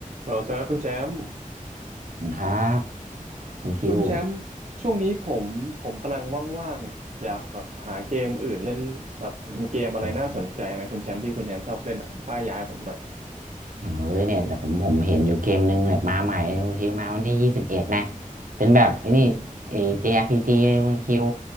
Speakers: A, on the right; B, on the right.
A: เราสำหรับคุณแชมป์
B: ขอบคุณครับคุณคิว
A: คุณแชมป์ช่วงนี้ผมผมกำลังว่างๆอยากแบบหาเกมอื่นเล่นแบบมีเกมอะไรน่าสนใจไหมคุณแชมป์ที่คุณแชมป์ชอบเล่นอ่ะป้ายยายผมหน่อย
B: อืม เออเนี่ยแต่ผมผมเห็นอยู่เกมนึงแบบมาใหม่เลยคุณคิวมาวันที่ยี่สิบเอ็ดนะเป็นแบบไอ้นี่ไอ้
A: อืม
B: JRPG เลยคุณคิว